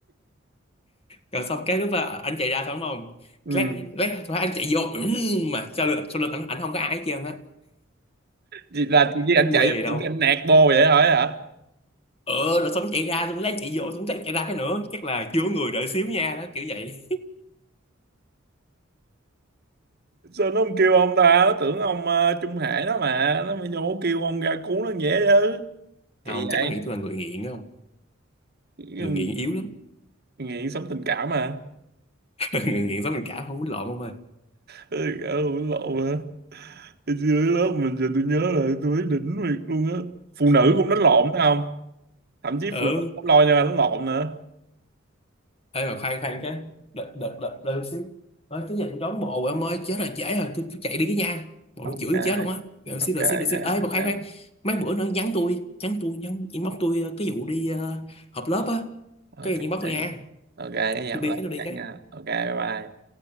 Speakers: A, on the left (about 30°); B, on the right (about 55°).
A: rồi xong cái lúc mà anh chạy ra xong không
B: ừ.
A: lát lát lát anh chạy vô ừm, mà sau lưng sau lưng ảnh ảnh không có ai hết trơn á
B: Chị- là chị với ảnh
A: thấy
B: chạy
A: quê
B: vô
A: gì đâu
B: chị anh nạt bô vậy hỏi hả
A: ờ rồi xong chạy ra xong lát chạy vô xong lát chạy ra cái nữa chắc là chưa có người đợi xíu nha đó kiểu vậy
B: sao nó không kêu ông ta nó tưởng ông ờ, Trung Hải đó mà nó mới vô kêu ông ra cứu nó dễ chứ kỳ
A: không
B: vậy
A: chắc nó nghĩ tôi là người nghiện đó không
B: Ừ,
A: người nghiện yếu lắm
B: nghiện sống tình cảm mà
A: <laughs> người nghiện giống mình cả không muốn lộn không ơi
B: ừ, ừ, lộ mà Hồi xưa dưới lớp mình giờ tôi nhớ lại tôi thấy đỉnh việc luôn á phụ nữ cũng đánh lộn phải không thậm chí
A: ừ
B: phụ nữ cũng lo nhau đánh lộn nữa
A: Ê mà khoan khoan cái đợi đợi đợi đợi chút xíu nói cái giờ tôi đón bộ em ơi chết rồi trễ rồi tôi, tôi chạy đi cái nha bộ
B: ok
A: nó chửi tôi chết luôn á đợi xíu
B: ok
A: đợi xíu đợi
B: ok
A: xíu ê mà khoan
B: ok
A: khoan mấy bữa nữa nhắn tôi nhắn tôi nhắn inbox tôi ờ, cái vụ đi ờ, họp lớp á
B: ok
A: cái gì inbox tôi nha
B: ok cái giọng
A: tôi đi
B: lắm
A: cái tôi đi
B: chẳng
A: cái
B: nha. ok bye bye